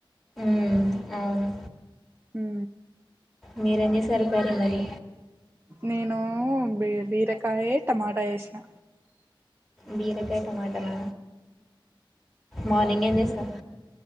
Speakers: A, in the centre; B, on the right.
A: ఉమ్ అవును
B: ఉ
A: మీరేం చేశారు కర్రీ మరి
B: నేను బీ బీరకాయ టమాటా చేసినా
A: బీరకాయ టమాటనా మార్నింగ్ ఏం చేసినవు